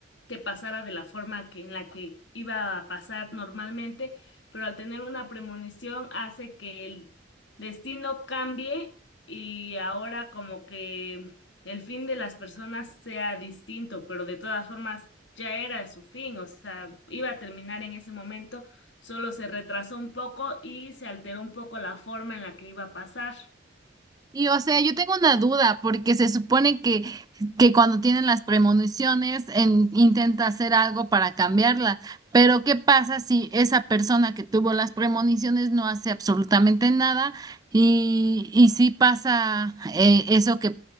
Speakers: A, on the left (about 70°); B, on the right (about 20°).
A: que pasara de la forma que, en la que iba a pasar normalmente pero al tener una premonición hace que el destino cambie y ahora como que el fin de las personas sea distinto, pero de todas formas ya era su fin, o sea, iba a terminar en ese momento, solo se retrasó un poco y se alteró un poco la forma en la que iba a pasar.
B: Y o sea, yo tengo una duda, porque se supone que, que cuando tienen las premoniciones en- intenta hacer algo para cambiarla, pero ¿qué pasa si esa persona que tuvo las premoniciones no hace absolutamente nada y, y sí pasa eh, eso que,